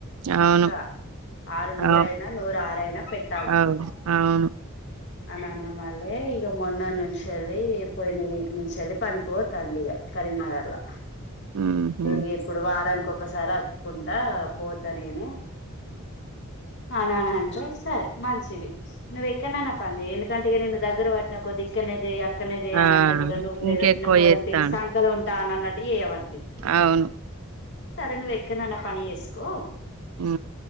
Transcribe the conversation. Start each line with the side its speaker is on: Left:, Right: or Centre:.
Left: పక్కా
Right: అవును.
Left: ఆరు నూరయినా
Right: అవు
Left: నూరు ఆరుయినా పెట్టాల్సిందే
Right: అవును అవును
Left: అని అన్న మళ్ళే ఇక మొన్న నుంచి వెళ్ళి పోయిన వీక్ నుంచి వెళ్ళి పనికిపోతాంది ఇక కరీంనగర్లా
Right: ఉహు
Left: ఇగ ఇప్పుడు వారానికి ఒకసారి వచ్చుకుంటా పోతా నేనే ఆనన్న అంతే సరే మంచిది నువ్వు ఎక్కనన్నపనిచేయ్ ఎందుకంటే ఇగ నిన్ను దగ్గర నా కొద్దిగ ఇక్కనే చేయి అక్కనే చయి
Right: ఆ
Left: అనింటే కూడా నువ్వు
Right: ఇంకెక్కువ
Left: ఏదో చిన్న పోరని
Right: చేత్తాండు
Left: తీరు సంకలో ఉం తానన్నట్టు చేయవ
Right: అవును
Left: సరేనువ్వు ఇకనన్న పని చేస్కో
Right: మ్